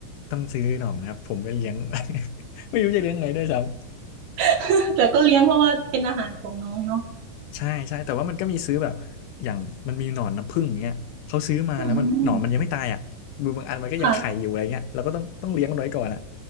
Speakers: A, on the left; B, on the right.
A: ต้องซื้อหนอนนะครับ ผมไม่เลี้ยง <laughs> ไม่รู้จะเลี้ยงไงด้วยซ้ำ
B: <laughs> แต่ก็เลี้ยงเพราะว่าเป็นอาหารของน้องเนาะ
A: ใช่ใช่แต่ว่ามันก็มีซื้อแบบอย่างมันมีหนอนน้ำผึ้งอย่างเงี้ยเขาซื้อมาแล้วมันหนอนมันยังไม่ตายอ่ะ
B: อืม
A: บางอันมันก็ยังไข่อยู่อะไรเงี้ยเราก็ต้องต้องเลี้ยงมันไว้ก่อนอ่ะ
B: ค่ะ